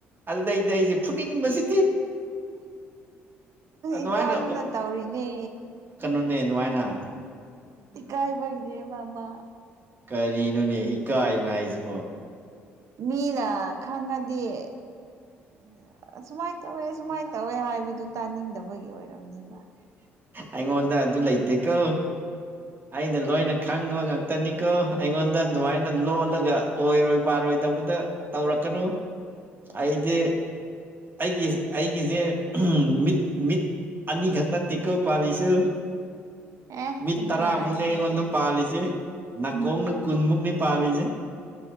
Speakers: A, on the right (about 35°); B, on the right (about 60°).
A: ꯑꯗꯨꯗꯩꯗꯤ ꯑꯩꯁꯦ ꯐꯨꯅꯤꯡꯕꯁꯤ ꯑꯗꯨꯃꯥꯏꯅ
B: ꯏꯀꯥꯏꯗꯅ ꯇꯧꯔꯤꯅꯦ
A: ꯅꯅꯨꯡꯉꯥꯏꯅ
B: ꯀꯥꯏꯕꯒꯗꯦ ꯃꯥꯕꯥ
A: ꯀꯔꯤꯅꯣꯅꯦ ꯏꯀꯥꯏꯕ ꯍꯥꯏꯁꯤꯕꯣ
B: ꯃꯤꯗ ꯈꯪꯉꯗꯤꯦ ꯎ ꯑ ꯁꯨꯃꯥꯏꯅ ꯇꯧꯋꯦ ꯁꯨꯃꯥꯏꯅ ꯇꯧꯋꯦ ꯍꯥꯏꯕꯗꯨ ꯇꯥꯅꯤꯡꯗꯕ ꯒꯤ ꯑꯣꯏꯔꯝꯅꯦꯕ
A: ꯑꯩꯉꯣꯟꯗ ꯑꯗꯨ ꯂꯩꯇꯦꯀꯣ ꯑꯩꯅ ꯂꯣꯏꯅ ꯈꯪꯕ ꯉꯥꯛꯇꯅꯤꯀꯣ ꯑꯩꯉꯣꯟꯗ ꯑꯗꯨꯃꯥꯏꯅ ꯂꯣꯜꯂꯒ ꯑꯣꯏꯔꯣꯏ ꯄꯔꯣꯏꯗꯧꯕꯗ ꯇꯧꯔꯛꯀꯅꯨ ꯑꯩꯗꯤ ꯑꯩꯒꯤ ꯑꯩꯒꯤꯁꯦ ꯃꯤꯠ ꯃꯤꯠ ꯑꯅꯤ ꯈꯛꯇꯅ ꯇꯤꯀꯣ ꯄꯁꯨ
B: ꯑꯦ
A: ꯃꯤꯠ
B: ꯑꯗꯨ
A: ꯇꯔꯥꯃꯨꯛꯅꯤ
B: ꯑꯣꯏꯔꯁꯨ
A: ꯑꯩꯉꯣꯟꯗ ꯄꯥꯜꯂꯤꯁꯦ ꯅꯥꯀꯣꯡꯅ ꯀꯨꯟꯃꯨꯛꯅꯤ ꯄꯥ ꯂꯤꯖꯦ